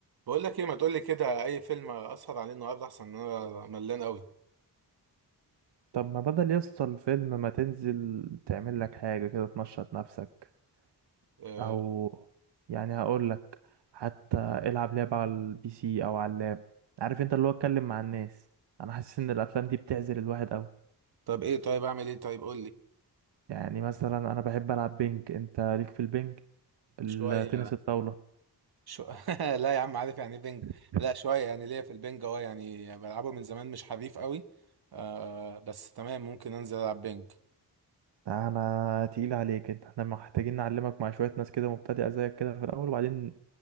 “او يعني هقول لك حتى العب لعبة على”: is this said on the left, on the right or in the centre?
Right